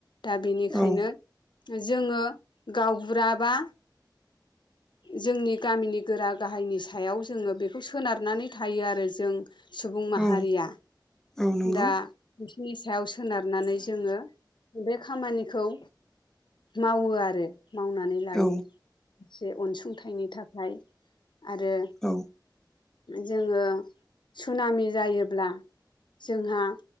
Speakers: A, on the left; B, in the centre.
A: दा बेनिखायनो
B: औ
A: जोङो गावबुराबा जोंनि गामिनि गोरा गाहायनि सायाव जोङो बेखौ सोनारनानै थायो आरो जों सुबुं माहारिया
B: औ औ नंगौ
A: दा बिसिनि सायाव सोनारनानै जोङो बे खामानिखौ मावो आरो मावनानै लायो
B: औ
A: जे अनसुंथाइनि थाखाय आरो
B: औ
A: जोङो सुनामि जायोब्ला जोंहा